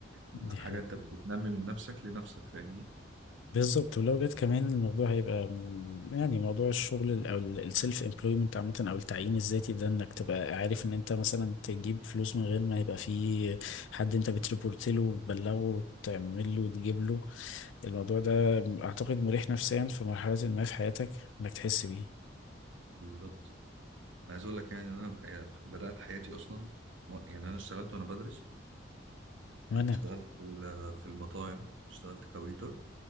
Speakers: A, on the right; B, on the left.
A: يبقى
B: دي
A: حاجة
B: حاجة
A: أنت بتنمي من نفسك لنفسك فاهمني
B: بالظبط ولو جت كمان الموضوع هيبقى م- يعني موضوع الشغل ال- او السيلف امبلويمنت عامه او التعيين الذاتي ده انك تبقى عارف ان انت مثلا تجيب فلوس من غير ما يبقى في حد انت بتريبورت له وتبلغه وتعمل له وتجيب له الموضوع ده اعتقد مريح نفسيا في مرحله ما في حياتك انك تحس بيه
A: بالظبط أنا عايز أقول لك يعني إن أنا ب- آه، بدأت حياتي أصلا و- يعني أنا اشتغلت وأنا بدرس
B: وانا
A: اشتغلت في ال- آه، في المطاعم اشتغلت كويتر